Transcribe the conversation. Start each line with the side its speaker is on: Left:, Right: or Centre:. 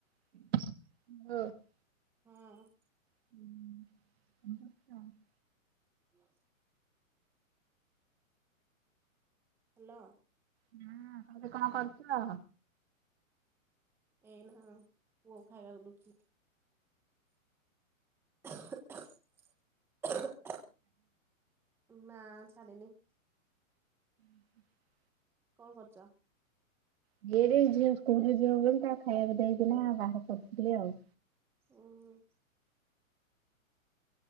Right: <unintelligible>
Centre: ହଁ।
Right: <unintelligible>
Centre: <unintelligible> ହାଲୋ।
Right: <unintelligible> କଣ କରୁଥିଲ?
Centre: ଏଇନା ପୁଅ ଖାଇବାକୁ ଦଉଥିଲି। <inaudible> ନା ଛାଡ଼ିନି।
Right: <unintelligible>
Centre: କଣ କରୁଚ?
Right: <unintelligible> ଝିଅ ସ୍କୁଲ ଯିବ ବୋଲି ତାକୁ ଖାଇବାକୁ ଦେଇକିନା ବାହାର କରୁଥିଲି ଆଉ।
Centre: ଉଁ ହୁଁ।